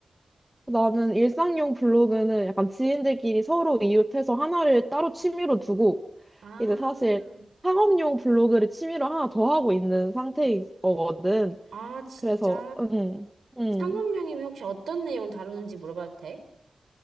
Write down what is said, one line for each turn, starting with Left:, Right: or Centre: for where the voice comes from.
Centre: 나는 일상용 블로그는 약간 지인들끼리 서로 이웃해서 하나를 따로 취미로 두고
Right: 아,
Centre: 이제 사실 상업용 블로그를 취미로 하나 더 하고 있는 상태인 거거든.
Right: 아, 진짜.
Centre: 그래서 음, 음.
Right: 상업용이면 혹시 어떤 내용 다루는지 물어봐도 돼?